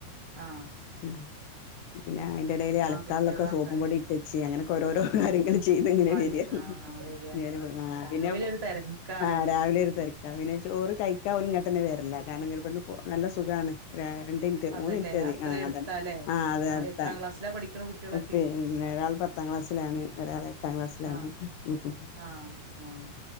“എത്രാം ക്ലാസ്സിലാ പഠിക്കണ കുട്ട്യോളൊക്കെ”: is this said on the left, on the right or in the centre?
Right